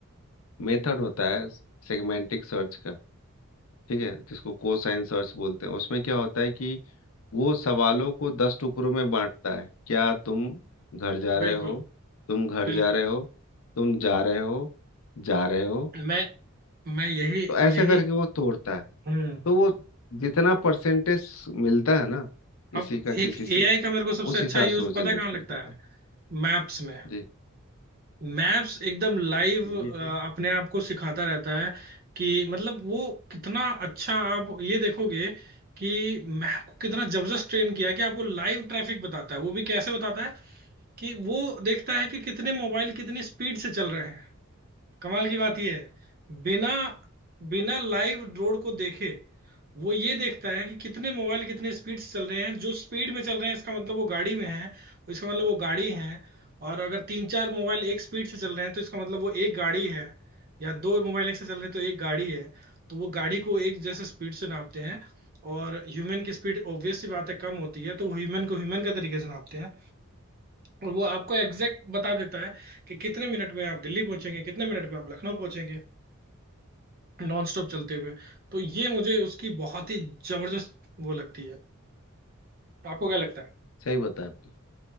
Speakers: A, on the left; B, on the right.
A: मेथड होता है सेगमेंटिक सर्च का ठीक है जिसको कोसाइन सर्च बोलते हैं उसमें क्या होता है कि वो सवालों को दस टुकड़ों में बांटता है क्या तुम घर जा रहे
B: बिल्कुल
A: हो तुम घर
B: बिल्कुल
A: जा रहे हो तुम जा रहे हो जा रहे हो
B: मैं मैं यही
A: तो ऐसे
B: यही
A: करके वो तोड़ता है
B: हम्म
A: तो वो जितना परसेंटेज मिलता है ना किसी
B: अब
A: का किसी
B: एक
A: से
B: एआई का मेरे को सबसे
A: उस
B: अच्छा
A: हिसाब
B: यूज
A: से वो जनरेट
B: पता है कहाँ
A: कर
B: लगता
A: देता
B: है
A: है
B: मैप्स में
A: जी
B: मैप्स एकदम लाइव
A: यही
B: अपने
A: है।
B: आप को सिखाता रहता है कि मतलब वो कितना अच्छा आप ये देखोगे कि मैप को कितना जबरदस्त ट्रेन किया है कि आपको लाइव ट्रैफिक बताता है वो भी कैसे बताता है कि वो देखता है कि कितने मोबाइल कितनी स्पीड से चल रहे हैं कमाल की बात यह है बिना बिना लाइव रोड को देखे वो ये देखता है कि कितने मोबाइल कितने स्पीड से चल रहे हैं जो स्पीड में चल रहे हैं इसका मतलब वो गाड़ी में है इसका मतलब वो गाड़ी है और अगर तीन चार मोबाइल एक स्पीड से चल रहे हैं तो इसका मतलब वो एक गाड़ी है या दो मोबाइल एक से चल रहे हैं तो एक गाड़ी है तो वो गाड़ी को एक जैसे स्पीड से नापते हैं और ह्यूमन की स्पीड ऑब्वियस सी बात है कम होती है तो ह्यूमन को ह्यूमन का तरीके से नापते हैं और वो आपको एग्जैक्ट बता देता है कि कितने मिनट में आप दिल्ली पहुंचेंगे कितने मिनट में आप लखनऊ पहुंचेंगे नॉन स्टॉप चलते हुए तो ये मुझे उसकी बहुत ही जबरदस्त वो लगती है आपको क्या लगता है
A: सही बताया आपने